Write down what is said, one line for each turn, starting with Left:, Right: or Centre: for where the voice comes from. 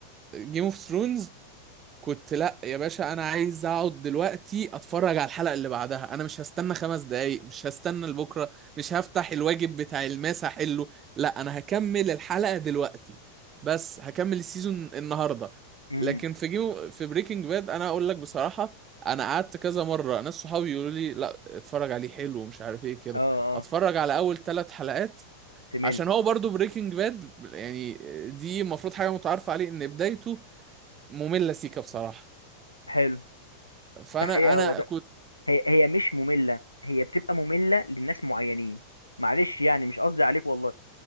Right: جيم اوف ثرونز كنت لا يا باشا انا عايز اقعد دلوقتي اتفرج على الحلقه اللي بعدها انا مش هستنى خمس دقايق مش هستنى لبكره مش هفتح الواجب بتاع الماس احله لا انا هكمل الحلقه دلوقتي بس هكمل السيزون النهارده
Left: امم
Right: لكن في جيم في بريكنج باد انا اقول لك بصراحه انا قعدت كذا مره ناس صحابي يقولوا لي لا اتفرج عليه حلو ومش عارف ايه كده
Left: اه اه
Right: اتفرج على اول ثلاث حلقات
Left: تمل
Right: عشان هو برضو بريكنج باد يعني دي المفروض حاجه متعارف عليه ان بدايته ممله سيكا بصراحه
Left: حلو
Right: فانا
Left: ده حقيقه
Right: انا
Left: هو ده
Right: كنت
Left: هي هي مش مملة هي بتبقى مملة للناس معينين معلش يعني مش قصدي عليك والله